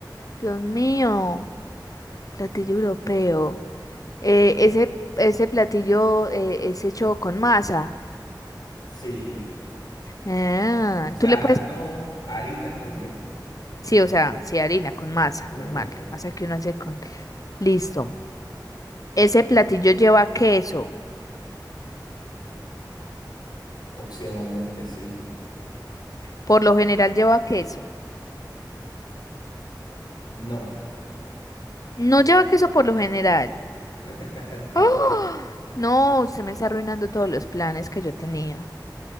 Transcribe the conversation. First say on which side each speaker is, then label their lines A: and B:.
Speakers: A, on the left; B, on the left.
A: Dios mío. Platillo europeo. Eh, ese, ese platillo eh, es hecho con masa.
B: Sí.
A: Ah,
B: O sea,
A: tú le puedes
B: no harina, más bien.
A: Sí, o sea, sí, harina con masa,
B: Sí,
A: normal,
B: harina marina,
A: la masa
B: o sea,
A: que uno
B: sí,
A: hace
B: sí, sí.
A: con... Listo.
B: Ajá.
A: Ese platillo lleva queso.
B: Opcionalmente, sí.
A: Por lo general lleva queso.
B: No.
A: No lleva queso por lo general.
B: <laughs> No.
A: ¡Ah! No, usted me está arruinando todos los planes que yo tenía.